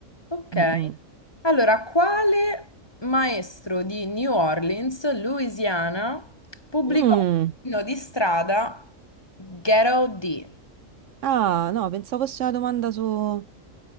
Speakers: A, on the left (about 20°); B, on the right (about 70°).
A: Ok.
B: Mm, mm.
A: Allora, quale maestro di New Orleans, Louisiana, pubblicò
B: Mm.
A: l'inno di strada Ghetto D?
B: Ah, no, pensavo fosse una domanda su,